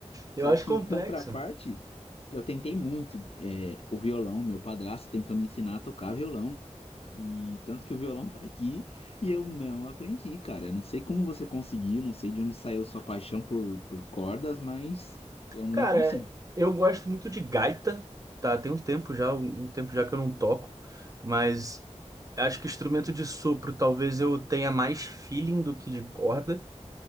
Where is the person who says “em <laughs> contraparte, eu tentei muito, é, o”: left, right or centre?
Left